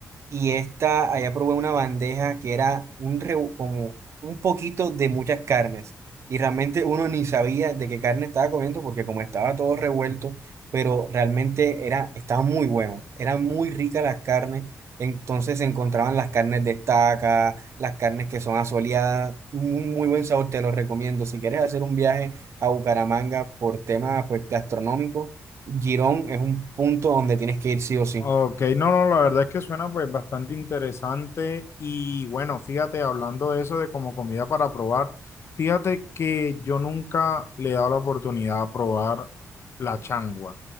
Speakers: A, on the right; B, on the left.
A: y esta, allá probé una bandeja que era un reu- como un poquito de muchas carnes. Y realmente uno ni sabía de qué carne estaba comiendo porque como estaba todo revuelto, pero realmente era, estaba muy bueno. Eran muy ricas las carnes. Entonces se encontraban las carnes de estaca, las carnes que son asoleadas. Un muy buen sabor, te lo recomiendo. Si quieres hacer un viaje a Bucaramanga por temas pues, gastronómicos, Girón es un punto donde tienes que ir sí o sí.
B: Ok, no, no, la verdad es que suena pues bastante interesante y bueno, fíjate, hablando de eso de como comida para probar, fíjate que yo nunca le he dado la oportunidad a probar la changua,